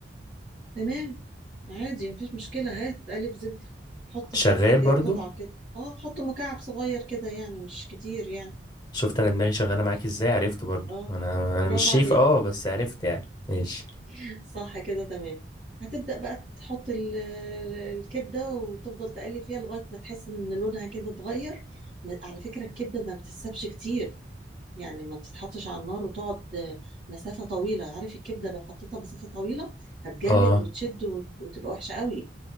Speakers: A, on the right; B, on the left.
A: تمام عادي مفيش مشكلة هات قالب زبدة حط حتة
B: شغال
A: كده
B: برضو
A: قطعة كده اه حط مكعب صغير كده يعني مش كتير يعني
B: شفت انا دماغي شغالة معاك ازاي عرفت برضو
A: اه
B: انا انا
A: برافو
B: مش شيف
A: عليك
B: اه بس عرفت يعني ماشي
A: <laughs> صح كده تمام هتبدأ بقى تحط ال- الكبدة وتفضل تقلب فيها لغاية ما تحس ان لونها كده اتغير ما- على فكرة الكبدة ما بتتسابش كتير يعني ما بتتحطش على النار وتقعد آه، مسافة طويلة عارف الكبدة لو حطيتها مسافة طويلة هتجلد
B: اه
A: وتشد وت- وتبقى وحشة قوي